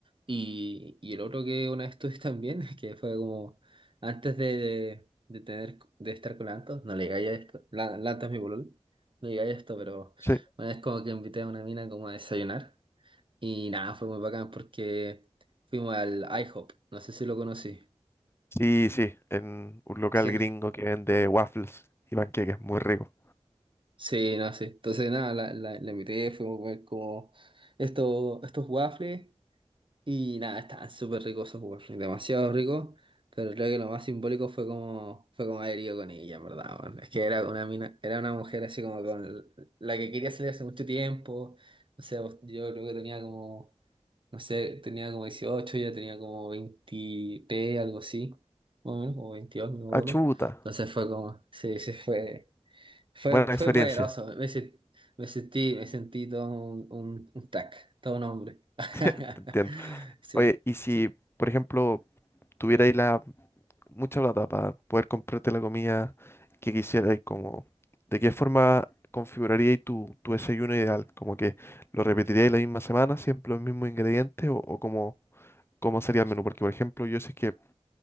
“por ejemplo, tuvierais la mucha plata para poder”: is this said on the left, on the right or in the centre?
Left